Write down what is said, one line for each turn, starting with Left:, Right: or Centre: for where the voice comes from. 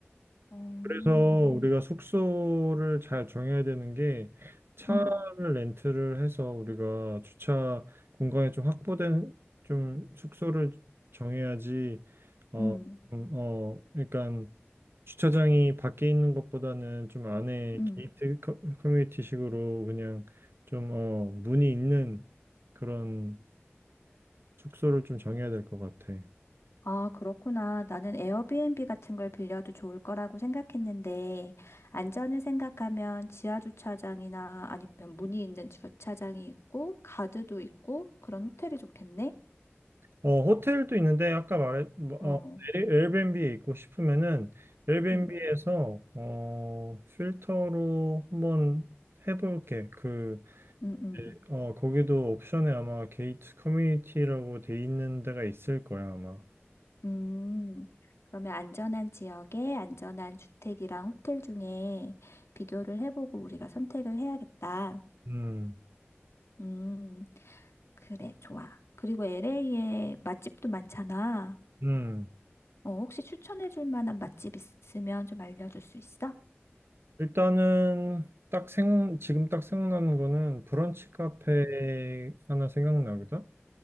Left: 어,
Right: 그래서 우리가 숙소를 잘 정해야 되는 게 차를
Left: 음,
Right: 렌트를 해서 우리가 주차 공간이 좀 확보된 좀 숙소를 정해야지 어,
Left: 음,
Right: 좀, 어, 그러니까 주차장이 밖에 있는 것보다는 좀 안에
Left: 음.
Right: 게이트 커- 커뮤니티식으로 그냥 좀 어, 문이 있는 그런 숙소를 좀 정해야 될 것 같아.
Left: 아, 그렇구나. 나는 에어비앤비 같은 걸 빌려도 좋을 거라고 생각했는데, 안전을 생각하면 지하 주차장이나 아니면 문이 있는 주차장이 있고, 가드도 있고, 그런 호텔이 좋겠네?
Right: 어, 호텔도 있는데 아까 말했 뭐,
Left: 어,
Right: 어, 에어- 에어비앤비에 있고 싶으면은 에어비앤비에서
Left: 음.
Right: 어, 필터로 한번 해볼게. 그
Left: 음, 음.
Right: 어, 거기도 옵션에 아마 게이트 커뮤니티라고 돼 있는 데가 있을 거야, 아마.
Left: 음. 그러면 안전한 지역에 안전한 주택이랑 호텔 중에 비교를 해보고 우리가 선택을 해야겠다.
Right: 음.
Left: 음, 그래, 좋아. 그리고 LA에 맛집도 많잖아.
Right: 음.
Left: 어, 혹시 추천해줄 만한 맛집 있으면 좀 알려줄 수 있어?
Right: 일단은 딱 생, 지금 딱 생각나는 거는 브런치 카페 하나 생각나거든.